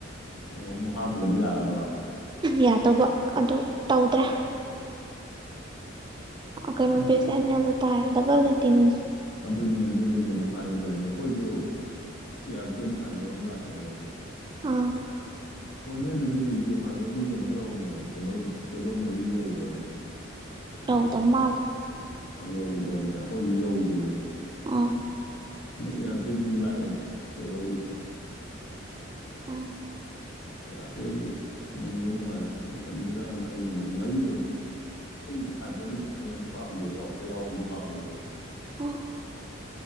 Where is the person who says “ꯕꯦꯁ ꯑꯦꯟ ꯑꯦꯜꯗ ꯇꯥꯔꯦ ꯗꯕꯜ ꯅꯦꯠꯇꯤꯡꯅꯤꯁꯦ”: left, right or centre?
Right